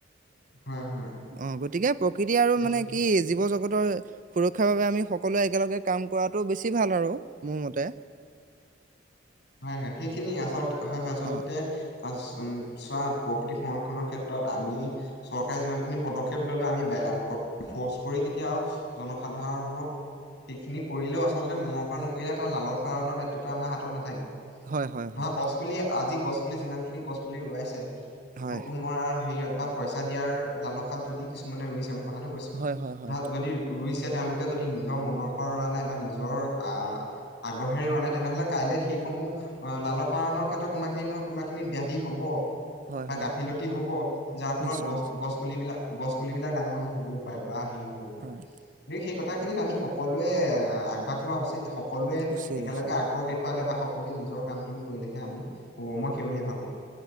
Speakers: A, on the left; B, on the right.
A: হয় হয়
B: অ গতিকে আৰু
A: দেখি
B: মানে কি জীৱ জগতৰ সুৰক্ষাৰ বাবে আমি সকলোৱে একেলগে কাম কৰাটো বেছি ভাল আৰু মোৰ মতে
A: হয় হয় সেইখিনি আচলতে হা হা আচলতে
B: অ
A: চোৱা প্ৰকৃতিক সংৰক্ষণৰ ক্ষেত্ৰত আমি চৰকাৰে যিমানখিনি পদক্ষেপ ললে আমি ফৰ্চ কৰি কেতিয়াও জনসাধাৰণক সেইখিনি কৰিলেও আচলতে মনৰ পৰা নকৰিলে তাৰ লালন পালনৰ দায়িত্বতটো আমাৰ হাতত নাথাকিব
B: হয় হয়
A: ধৰা
B: হয়
A: গছ পুলি আজি গছ পুলি যিমান খিনি গছ পুলি ৰোৱাইছে।
B: হয়
A: ফটো মৰা হেৰিয়ত বা পইচা দিয়াৰ লালসাত যদি কিছুমানে ৰুইছে মোক- কথাটো কৈছো
B: হয় হয় হয়
A: ধ যদি ৰুইছে তেওঁলোকে যদি নিজৰ মনৰ পৰা ৰোৱা নাই বা নিজৰ আহ আগ্ৰহেৰে ৰোৱা নাই তেনেহলে কাইলে শি সমূহ আহ লাল পালনৰ ক্ষেত্ৰত কোনোবাখিনি নহয় কোনোবাখিনি ব্যাধি হব।
B: হয়
A: বা
B: হয়
A: গাফিলতি হব যাৰ ফলত
B: নিশ্চয়
A: গছ
B: নিশ্চয়
A: গছ পুলিবিলাক গছ পুলিবিলাক ডাঙৰ নহ'বও পাৰে বা হেৰি, হব গকে
B: হয়
A: সেই কথা। সেইখিনিত আমি সকলোৱে আগভাগ লোৱা উচিত সকলোৱে
B: উচিত
A: একেলগে
B: উচিত
A: আগ্ৰহ দেখুৱ খোৱালে বা হক সকলোৱে নিজৰ কামখিনি কৰিলেহে আমি হ'ব মই সেইব ভাবো